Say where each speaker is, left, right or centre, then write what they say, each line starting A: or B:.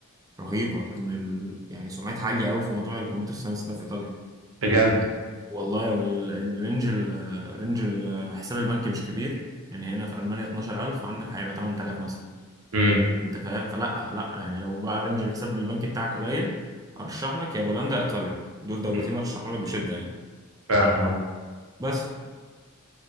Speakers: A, on the right (about 15°); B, on the right (about 75°).
A: رهيبه ان ال... يعني سمعتها عاليه قوي في موضوع الكمبيوتر ساينس ده في ايطاليا
B: بجد
A: والله والرينج الرينج الحساب البنكي مش كبير يعني هنا في المانيا 12000 عندك هيبقى 8000 مثلا
B: امم
A: انت فاهم فلا لا يعني لو بقى رينج الحساب البنكي بتاعك قليل ارشح لك يا بولندا يا ايطاليا دول دولتين
B: أمم،
A: ارشحهم لك بشده يعني
B: فعلا آه.
A: بس